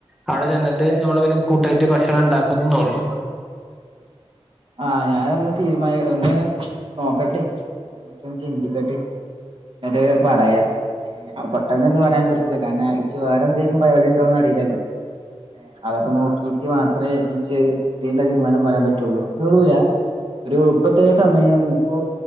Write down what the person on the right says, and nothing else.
ആഹ് ഞാനൊന്ന് തീര്മാനി ഒന്ന് നോക്കട്ടെ ചിന്തിക്കട്ടെ. ന്ന്ട്ട് പറയാ. ആഹ് പെട്ടെന്ന്ങ്ങട് പറയാനും പറ്റൂലാ കാര്ണം ഇച്ച് വേറെന്തെലും പരിപാടി ണ്ടോന്നറീലല്ലോ. അതൊക്കെ നോക്കീറ്റ് മാത്രെ ഇച്ച് ഇതിന്ള്ള തീര്മാനം പറയാം പറ്റുള്ളൂ. ന്ന്ളൂലാ ഒരു ഇപ്പത്തെറേ സമയം? ഇപ്പൊ